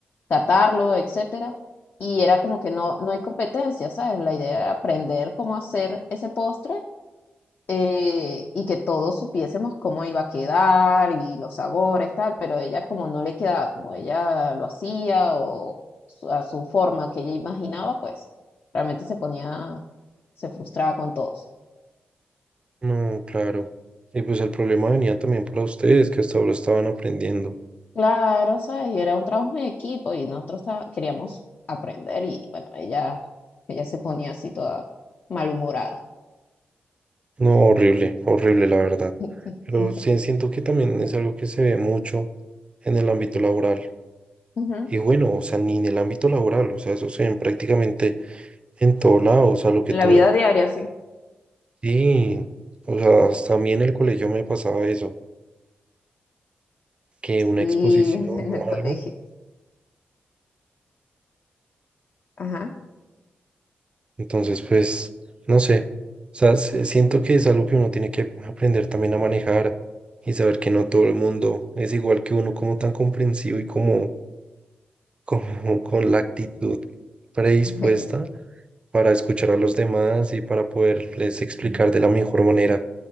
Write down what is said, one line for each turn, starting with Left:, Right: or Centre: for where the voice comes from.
Left: catarlo, etcétera. Y era como que no, no hay competencia, ¿sabes? La idea era aprender cómo hacer ese postre eh, y que todos supiésemos cómo iba a quedar y los sabores, tal, pero ella como no le quedaba como ella lo hacía o su- a su forma que ella imaginaba, pues realmente se ponía, se frustraba con todos.
Right: No, claro. Y pues el problema venía también para ustedes que hasta ahora estaban aprendiendo.
Left: Claro, ¿sabes? Y era un trabajo en equipo y nosotros ta- queríamos aprender y bueno, ella, ella se ponía así toda malhumorada.
Right: No, horrible, horrible la verdad.
Left: <laughs>
Right: Pero
Left: Sí.
Right: sí siento que también es algo que se ve mucho en el ámbito laboral.
Left: Ujú.
Right: Y bueno, o sea, ni en el ámbito laboral, o sea, eso se ve prácticamente en todo lado, o sea, lo que
Left: En
Right: tú...
Left: la vida diaria, sí.
Right: sí o sea, hasta a mí en el colegio me pasaba eso, que una
Left: Y
Right: exposición
Left: <laughs> en
Right: o
Left: el colegio.
Right: algo,
Left: Ajá.
Right: entonces, pues, no sé, o sea, se- siento que es algo que uno tiene que aprender también a manejar y saber que no todo el mundo es igual que uno, como tan comprensivo y como, <laughs> como con la actitud predispuesta
Left: <laughs>
Right: para escuchar a los demás y para poderles explicar de la mejor manera.